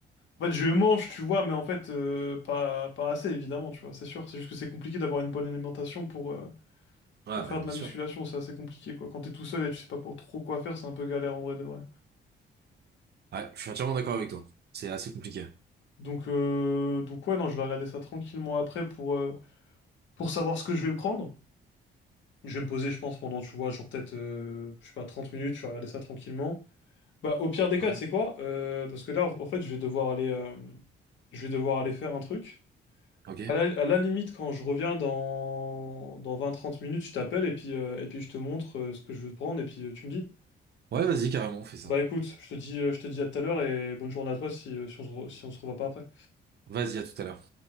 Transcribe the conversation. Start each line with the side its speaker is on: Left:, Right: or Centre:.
Left: En fait, je mange, tu vois, mais en fait, euh, pas, pas assez, évidemment, tu vois, c'est sûr. C'est juste que c'est compliqué d'avoir une bonne alimentation pour, euh,
Right: Ouais,
Left: pour faire
Right: ben
Left: de
Right: bien
Left: la
Right: sûr.
Left: musculation, c'est assez compliqué, quoi. Quand t'es tout seul et tu sais pas quoi- trop quoi faire, c'est un peu galère en vrai de vrai.
Right: Ouais, je suis entièrement d'accord avec toi. C'est assez compliqué.
Left: Donc, euh, donc ouais, non, je vais regarder ça tranquillement après pour, euh, pour savoir ce que je vais prendre. Je vais me poser, je pense, pendant, tu vois, genre peut-être, euh, je sais pas, 30 minutes, je vais regarder ça tranquillement. Bah, au pire des
Right: Ouais,
Left: cas, tu sais quoi? Euh, parce que là, en fait, je vais devoir aller, euh, je vais devoir aller faire un truc.
Right: ok.
Left: À la, à la limite, quand je reviens dans, dans vingt trente minutes, je t'appelle et puis, euh, et puis je te montre euh, ce que je veux prendre et puis euh, tu me dis.
Right: Ouais, vas-y, carrément, on fait ça.
Left: Bah écoute, je te dis, euh, je te dis à tout à l'heure et bonne journée à toi si, euh, si on se re- si on se revoit pas après.
Right: Vas-y, à tout à l'heure.